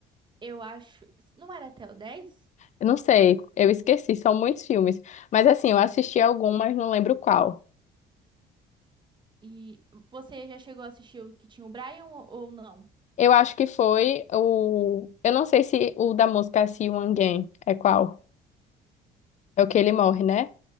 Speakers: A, on the right; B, on the left.
A: Eu acho. Não era até o dez
B: Eu não sei, eu esqueci, são muitos filmes. Mas assim, eu assisti algum, mas não lembro qual.
A: E você já chegou a assistir o que tinha o Brian ou ou não?
B: Eu acho que foi o. Eu não sei se o da música See You Again é qual. É o que ele morre, né?